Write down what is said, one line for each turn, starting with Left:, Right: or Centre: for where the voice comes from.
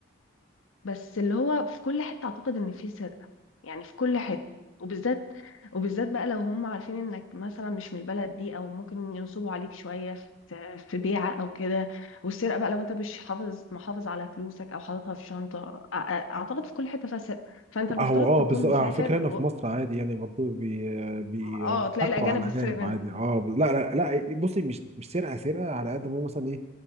Left: بس اللي هو في كل حتة اعتقد ان في سرقة يعني في كل حتة وبالذات وبالذات بقى لو هم عارفين انك مثلا مش من البلد دي او ممكن ينصبوا عليك شوية في في بيعة او كده والسرقة بقى لو انت مش حافظ محافظ على فلوسك او حاططها في شنطة أ- أ- اعتقد في كل حتة فيها سرقة فانت المفترض
Right: هو اه
Left: تكون
Right: بالظبط
Left: مسافر
Right: على فكره هنا
Left: و...
Right: في مصر عادي يعني برضه بي... بي...
Left: اه
Right: بيضحكوا
Left: تلاقي الاجانب
Right: على
Left: بيسرق
Right: الاجانب
Left: منك
Right: عادي اه ب- لا لا لا بصي مش مش سرقه سرقه على قد ما هو مثلا ايه